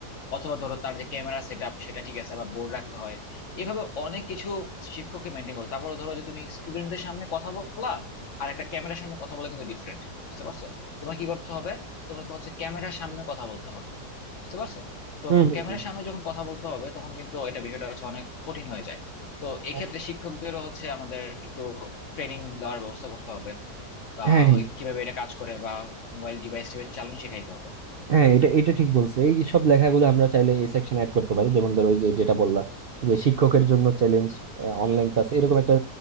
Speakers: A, on the left (about 55°); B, on the right (about 60°).
A: অথবা ধরো তার যে ক্যামেরা সেট আপ সেটা ঠিক আছে আবার বোর্ড রাখতে হয় এভাবে অনেক কিছু শিক্ষককে মেনটেন করে তারপরে ধরো যে তুমি স্টুডেন্টদের সামনে কথা বলা আর একটা ক্যামেরার সামনে কথা বলা কিন্তু ডিফারেন্ট বুঝতে পারছো তোমার কি করতে হবে তোমাকে হচ্ছে ক্যামেরার সামনে কথা বলতে হবে বুঝতে পারছো তো
B: হুম হুম
A: ক্যামেরার
B: হুম।
A: সামনে যখন কথা বলতে হবে তখন কিন্তু এটা বিষয়টা হচ্ছে অনেক কঠিন হয়ে যায় তো এক্ষেত্রে
B: হ্যাঁ
A: শিক্ষকদেরও হচ্ছে আমাদের একটু ট্রেনিং দেওয়ার ব্যবস্থা করতে হবে বা
B: হ্যাঁ
A: কিভাবে এটা কাজ করে বা মোবাইল ডিভাইস টিভাইস চালানো শেখাইতে হবে
B: হ্যাঁ এটা এটা ঠিক বলছো এই সব লেখাগুলো আমরা চাইলে এই সেকশন অ্যাড করতে পারি যেমন ধরো ওই যে যেটা বললা যে শিক্ষকের জন্য চ্যালেঞ্জ অনলাইন ক্লাস এরকম একটা